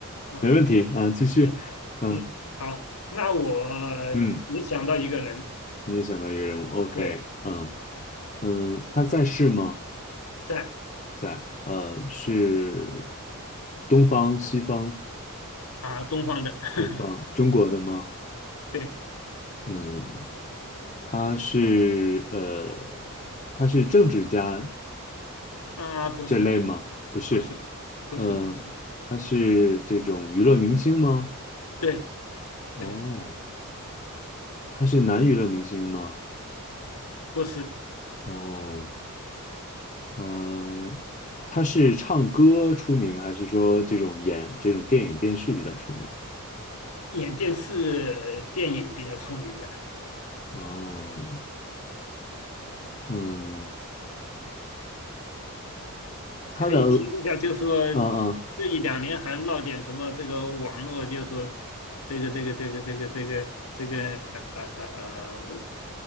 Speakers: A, on the left (about 80°); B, on the left (about 30°).
A: 啊，
B: 没问题啊，继续，
A: 行行，
B: 嗯
A: 好，那我
B: 嗯，
A: 也想到一个人，
B: 你也想到一个人物，OK，
A: 对，
B: 嗯嗯，他在世吗？
A: 在
B: 在，呃，是东方、西方、
A: 啊东方的，<laughs>
B: 东方、中国的吗？
A: 对
B: 嗯他是呃，他是政治家
A: 啊，不是
B: 这类吗？不是，
A: 不是不是不是，
B: 嗯、他是这种娱乐明星吗？
A: 对
B: 哦，
A: 对，
B: 他是男娱乐明星吗？
A: 不是，
B: 哦，他他是唱歌出名，还是说这种演这种电影电视比较出名？
A: 演电视电影比较出名的，
B: 哦，嗯，他的
A: 可以提示一下，就是说
B: 嗯嗯
A: 这一两年还闹点什么这个网络，就是说这个这个这个这个这个这个呃呃呃呃，我